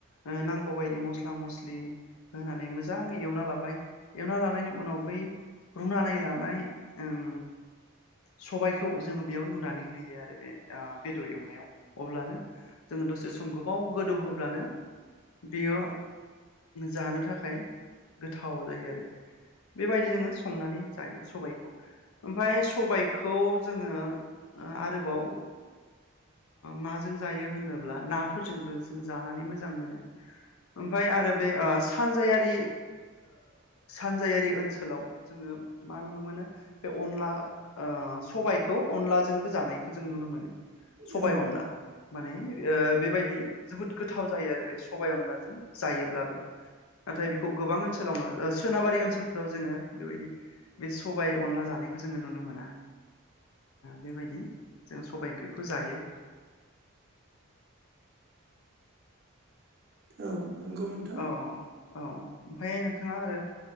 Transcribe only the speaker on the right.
औ
औ नोंगौ नोंथां।